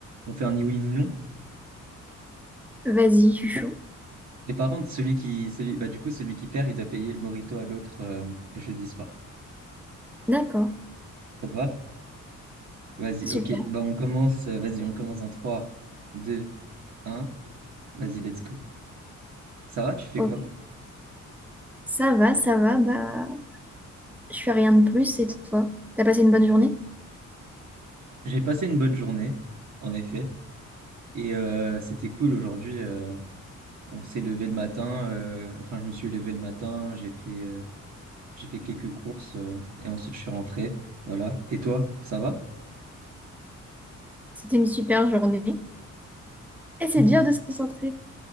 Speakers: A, on the right; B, in the centre.
A: On fait un ni oui ni non.
B: Vas-y, je suis chaud.
A: Mais par contre, celui qui, celui, bah, du coup, celui qui perd, il doit payer le morito à l'autre euh, jeudi soir.
B: D'accord,
A: Ça te va? Vas-y,
B: super,
A: ok. Bah, on commence, euh, vas-y, on commence en trois, deux, un. Vas-y, let's go. Ça va, tu fais
B: ok.
A: quoi?
B: Ça va, ça va, bah, je fais rien de plus, c'est toi. T'as passé une bonne journée?
A: J'ai passé une bonne journée, en effet. Et euh, c'était cool aujourd'hui. euh, on s'est levé le matin. euh, enfin, je me suis levé le matin. J'ai fait, euh, j'ai fait quelques courses. euh, et ensuite, je suis rentré. Voilà. Et toi, ça va?
B: C'était une super journée. Et c'est
A: <laughs>
B: dur de se concentrer.